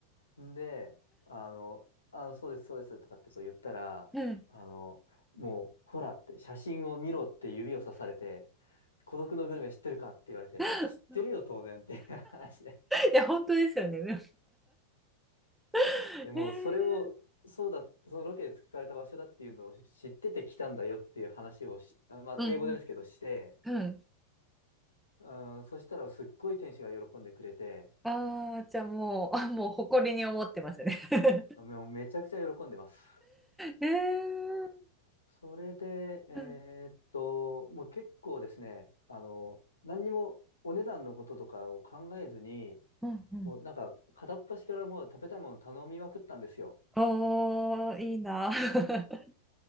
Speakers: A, on the left; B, in the centre.
A: で、あの、あ、そうです、そうです、とかってこう言ったら、
B: うん。
A: あの、もう、ほらって、写真を見ろって指をさされて、孤独のグルメ知ってるかって言われて、
B: <laughs>
A: 知ってるよ、当然っていう <laughs> 話で。
B: いや、本当ですよね。<laughs>
A: でも、それを、そうだ、そのロケで使われた場所だっていうのを知ってて来たんだよっていう話をし、あまあ、
B: うん
A: 英語ですけどして、
B: えー、うん。うん。
A: うん、そしたらすっごい天使が喜んでくれて、
B: ああ、じゃあもう、あ、もう誇りに思ってますね。<laughs>
A: もうめちゃくちゃ喜んでます。
B: えー、
A: それで、えーっと、
B: うん。
A: もう結構ですね、あの、何にもお値段のこととかを考えずに、
B: うんうん。
A: もうなんか片っ端からもう食べたいもの頼みまくったんですよ。
B: おー、いいな。<laughs>